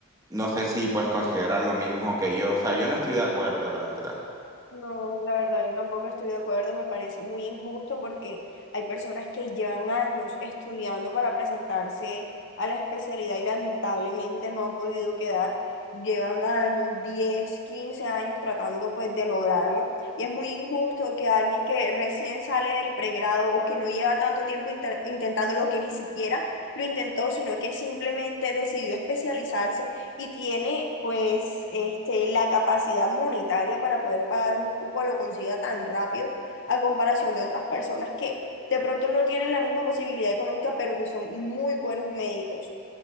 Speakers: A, on the right (about 15°); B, on the left (about 55°).
A: No sé si pues consideran lo mismo que yo, o sea, yo no estoy de acuerdo, la verdad.
B: No, la verdad, yo tampoco estoy de acuerdo, me parece muy injusto porque hay personas que llevan años estudiando para presentarse a la especialidad y lamentablemente no han podido quedar, llevan años, 10 15 años tratando pues de lograrlo y es muy injusto que alguien que recién sale del pregrado o que no lleva tanto tiempo intentándolo, que ni siquiera lo intentó, sino que simplemente decidió especializarse y tiene pues este, la capacidad monetaria para poder pagar un cupo, lo consiga tan rápido a comparación de otras personas que de pronto no tienen la misma posibilidad económica, pero que son muy buenos médicos.